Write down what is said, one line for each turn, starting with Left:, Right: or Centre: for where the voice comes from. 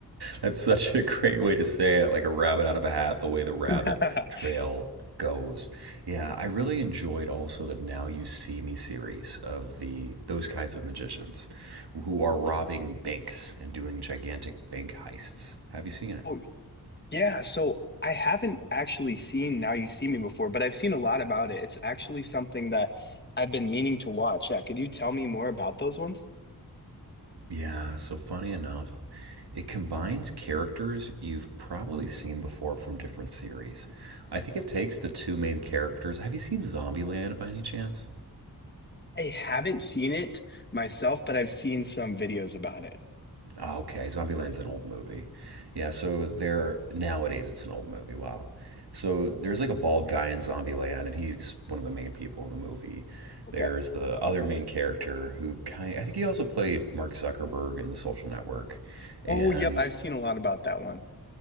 Right: That's such a great way to say it, like a rabbit out of a hat, the way the rabbit
Left: <laughs>
Right: trail goes. Yeah, I really enjoyed also the Now You See Me series of the those kinds of magicians who are robbing banks and doing gigantic bank heists. Have you seen it?
Left: Oh yeah, so I haven't actually seen Now You See Me before, but I've seen a lot about it. It's actually something that I've been meaning to watch. Yeah, could you tell me more about those ones?
Right: Yeah, so funny enough, it combines characters you've probably seen before from different series. I think it takes the two main characters. Have you seen Zombieland by any chance?
Left: I haven't seen it myself, but I've seen some videos about it.
Right: Oh, okay, Zombieland's an old movie. Yeah, so there nowadays it's an old movie. Wow. So there's like a bald guy in Zombieland, and he's one of the main people in the movie.
Left: Okay.
Right: There's the other main character who kind I think he also played Mark Zuckerberg in The Social Network, and
Left: Oh, yep, I've seen a lot about that one.